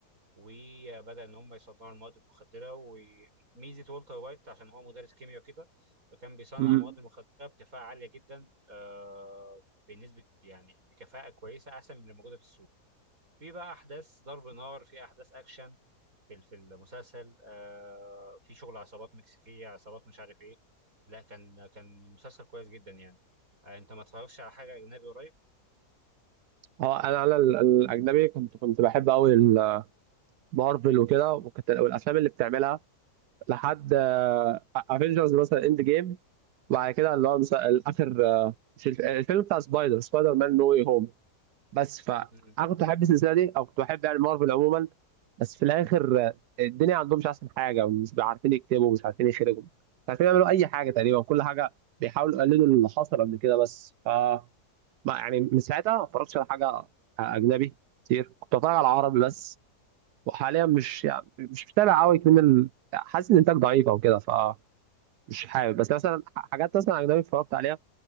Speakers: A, on the right (about 60°); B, on the right (about 80°).
A: وبدأ إن هم يصنعوا المواد المخدرة وميزة والتر وايت عشان هو مدرس كيمياء كده فكان بيصنع
B: امم
A: المواد المخدرة بكفاءة عالية جدا آه بنسبة يعني بكفاءة كويسة أحسن من اللي موجودة في السوق في بقى أحداث ضرب نار في أحداث أكشن في في المسلسل آه في شغل عصابات مكسيكية عصابات مش عارف إيه لا كان كان مسلسل كويس جدا يعني آه أنت ما اتفرجتش على حاجة أجنبي قريب؟
B: هو أنا أنا ال- الأجنبي كنت كنت بحب أوي ال- مارفل وكده وكنت والأفلام اللي بتعملها لحد افنجرز مثلا اند جيم وبعد كده اللي هو مثلا آخر آه، مش الف- الفيلم بتاع سبايدر سبايدر مان نو واي هوم بس فانا
A: مم.
B: كنت بحب السلسله دي او كنت بحب يعني مارفل عموما بس في الاخر آه، الدنيا عندهم مش احسن حاجه مش عارفين يكتبوا مش عارفين يخرجوا مش عارفين يعملوا اي حاجه تقريبا كل حاجه بيحاولوا يقلدوا اللي حصل قبل كده بس ف ما- يعني من ساعتها ما اتفرجتش على حاجه اجنبي كتير كنت بتفرج على عربي بس وحاليا مش يعني مش متابع قوي من ال... حاسس ان الانتاج ضعيف او كده فمش حابب بس مثلا ح- حاجات مثلا اجنبي اتفرجت عليها